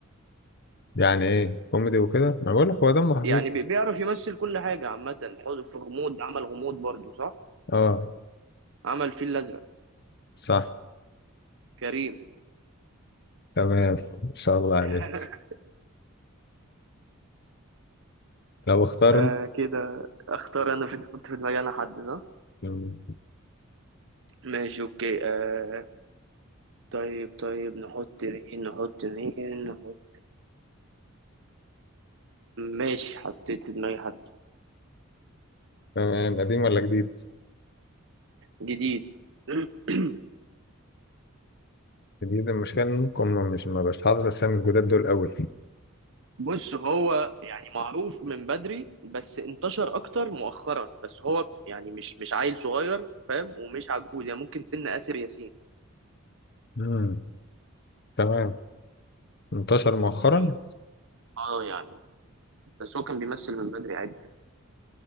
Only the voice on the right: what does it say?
يعني
بي- بيعرف يمثل كل حاجة عامة حوض في غموض عمل غموض برضو صح
عمل فيل الأزرق
كريم
<laughs>
آه
كده اختار انا في احط في دماغي انا حد صح
ماشي اوكي آه طيب طيب نحط مين نحط مين نحط ماشي حطيت في دماغي حد
جديد <clears throat>
بص هو يعني معروف من بدري بس انتشر اكتر مؤخرا بس هو يعني مش مش عيل صغير فاهم ومش عجوز يعني ممكن سن آسر ياسين
فاهم اه يعني بس هو كان بيمثل من بدري عادي يعني